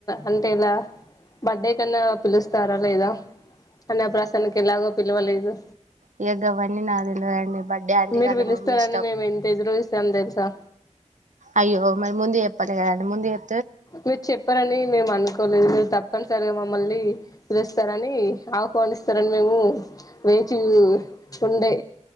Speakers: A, on the left (about 30°); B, on the right (about 70°).
A: అంటే ఇలా బర్త్డే కన్నా పిలుస్తారా లేదా అన్నప్రాసన్నకి ఎలాగో పిలవలేదు
B: ఇగ గావన్నీ నా తెలవద్దండి బర్త్డే ఆంటే
A: మీరు
B: ఆళ్ల
A: పిలుస్తారని
B: మమ్మీ ఇష్టం
A: మేము ఎంత ఎదురు చూసాం తెలుసా
B: అయ్యో మరి ముందే చెప్పాలి కదండి ముందే చెప్
A: మీరు చెప్పారని మేము అనుకోలేదు మీరు తప్పని సరి మమ్మల్ని పీలుస్తారని ఆహ్వానిస్తారని మేము వేచి యు ఉండే